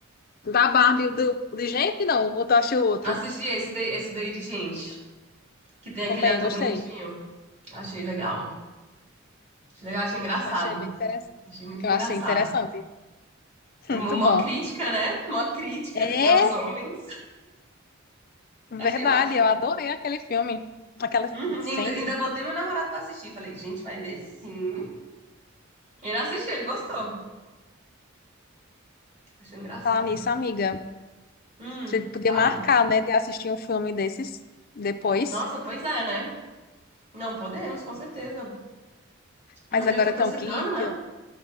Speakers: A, on the left; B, on the right.
A: Da Barbie, do... de gente, não? Ou tu acha o outro?
B: Assisti esse daí, esse daí de gente, que tem aquele
A: Também,
B: ator
A: eu gostei.
B: bonitinho. Achei legal. Achei legal, achei engraçado.
A: Eu achei bem interessante.
B: Achei muito
A: Eu
B: engraçado.
A: achei interessante. <laughs> Muito
B: É mó mó
A: bom.
B: crítica, né? Mó crítica,
A: É
B: assim, aos homens.
A: verdade,
B: Achei ótimo.
A: eu adorei aquele filme. Aquela
B: Uhum,
A: sente.
B: ainda, ainda botei meu namorado pra assistir. Falei, gente, vai ver sim. Ele assistiu, ele gostou. Achei engraçado.
A: Falar nisso, amiga.
B: Hum,
A: A gente podia
B: fala.
A: marcar, né, de assistir um filme desses depois.
B: Nossa, pois é, né? Não, podemos, com certeza.
A: Mas
B: Inclusive,
A: agora
B: eu tô
A: estão
B: precisando,
A: aqui.
B: né?
A: Que eu...